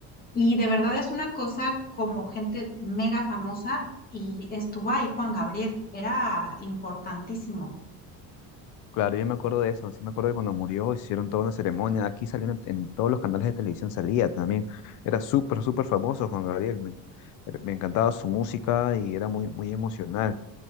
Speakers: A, on the left; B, on the left.
A: Y de verdad es una cosa como gente mega famosa y estuvo ahí Juan Gabriel, era importantísimo.
B: Claro, yo me acuerdo de eso, sí me acuerdo que cuando murió hicieron toda una ceremonia, aquí salían en, en todos los canales de televisión salía también, era súper, súper famoso Juan Gabriel, me, er, me encantaba su música y era muy, muy emocional,